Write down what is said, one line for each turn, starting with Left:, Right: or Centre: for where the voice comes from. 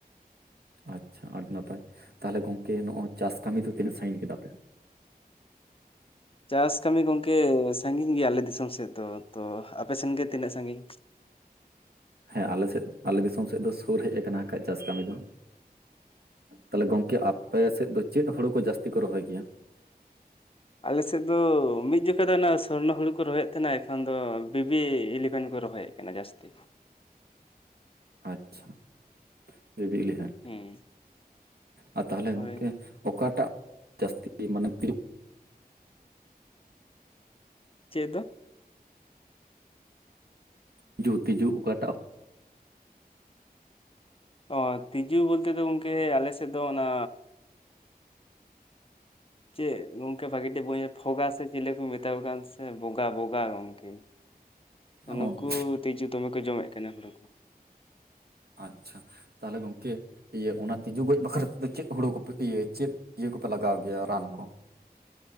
Right: ᱟᱪᱪᱷᱟ ᱟᱹᱰᱤ ᱱᱟᱯᱟᱭ ᱛᱟᱦᱚᱞᱮ ᱜᱚᱝᱠᱮ ᱱᱚᱜᱚᱭ ᱪᱟᱥ ᱠᱟᱹᱢᱤ ᱫᱚ ᱛᱤᱱᱟᱹᱜ ᱥᱟᱺᱜᱤᱧ ᱠᱮᱫᱟ ᱯᱮ
Left: ᱪᱟᱥ ᱠᱟᱹᱢᱤ ᱜᱚᱝᱠᱮ ᱥᱟᱺᱜᱤᱧ ᱜᱮᱭᱟ ᱟᱞᱮ ᱫᱤᱥᱚᱢ ᱥᱮᱫ ᱫᱚ ᱛᱚ ᱟᱯᱮ ᱥᱮᱱ ᱜᱮ ᱛᱤᱱᱟᱹᱜ ᱥᱟᱺᱜᱤᱧ
Right: ᱦᱮᱸ ᱟᱞᱮ ᱥᱮᱱ ᱟᱞᱮ ᱫᱤᱥᱚᱢ ᱥᱮᱫ ᱫᱚ ᱥᱩᱨ ᱦᱮᱡ ᱟᱠᱟᱱᱟ ᱠᱷᱟᱡ ᱪᱟᱥ ᱠᱟᱹᱢᱤ ᱫᱚ ᱛᱟᱦᱞᱮ ᱜᱚᱝ ᱠᱮ ᱟᱯᱮ ᱥᱮᱫ ᱫᱚ ᱪᱮᱫ ᱦᱩᱲᱩ ᱠᱚ ᱡᱟᱹᱥᱛᱤ ᱠᱚ ᱨᱚᱦᱚᱭ ᱜᱮᱭᱟ
Left: ᱟᱞᱮ ᱥᱮᱫ ᱫᱚ ᱢᱤᱫ ᱡᱚᱠᱷᱟ ᱫᱚ ᱚᱱᱟ ᱥᱚᱨᱱᱚ ᱦᱩᱲᱩ ᱠᱚ ᱨᱚᱦᱚᱭᱮᱫ ᱛᱟᱦᱮᱸᱱᱟ ᱮᱠᱷᱚᱱ ᱫᱚ ᱵᱤ ᱮᱞᱤᱵᱷᱮᱱ ᱠᱚ ᱨᱚᱦᱚᱭᱮᱫ ᱠᱟᱱᱟ ᱡᱟᱹᱥᱛᱤ
Right: ᱟᱪᱪᱷᱟ ᱵᱮᱵᱤ ᱤᱞᱮᱵᱷᱮᱱ
Left: ᱦᱩᱸ
Right: ᱟᱨ ᱛᱟᱦᱚᱞᱮ
Left: ᱦᱳᱭ
Right: ᱜᱚᱝᱠᱮ ᱚᱠᱟᱴᱟᱜ ᱡᱟᱹᱥᱛᱤ ᱢᱟᱱᱮ ᱫ
Left: ᱪᱮᱫ ᱫᱚ
Right: ᱛᱤᱡᱩ ᱛᱤᱡᱩ ᱚᱠᱟᱴᱟᱜ
Left: ᱚ ᱛᱤᱡᱩ ᱵᱚᱞᱛᱮ ᱫᱚ ᱜᱚᱢᱠᱮ ᱟᱞᱮ ᱥᱮᱫ ᱫᱚ ᱚᱱᱟ ᱪᱮᱫ ᱜᱚᱝᱠᱮ ᱵᱷᱟᱹᱜᱤ ᱴᱷᱤᱠ ᱵᱟᱹᱧ ᱯᱷᱚᱜᱟ ᱥᱮ ᱪᱤᱞᱤ ᱠᱚ ᱢᱮᱛᱟᱣᱟ ᱠᱟᱱ ᱥᱮ ᱵᱚᱜᱟ ᱵᱚᱜᱟ ᱜᱚᱝᱠᱮ
Right: ᱚ
Left: ᱱᱩᱠᱩ ᱛᱤᱡᱩ ᱫᱚᱢᱮ ᱠᱚ ᱡᱚᱢᱮᱫ ᱛᱟᱦᱮᱸᱱᱟ ᱦᱩᱲᱩ
Right: ᱟᱪᱪᱷᱟ ᱛᱟᱦᱞᱮ ᱜᱚᱢᱠᱮ ᱤᱭᱟᱹ ᱚᱱᱟ ᱛᱤᱡᱩ ᱜᱚᱡ ᱵᱟᱠᱷᱨᱟ ᱛᱮᱫᱚ ᱪᱤᱫ ᱦᱳᱲᱳ ᱠᱚᱯᱮ <inaudible> ᱤᱭᱟᱹ ᱪᱤᱫ ᱤᱭᱟᱹ ᱠᱚᱯᱮ ᱞᱟᱜᱟᱣ ᱜᱮᱭᱟ ᱨᱟᱱ ᱠᱚ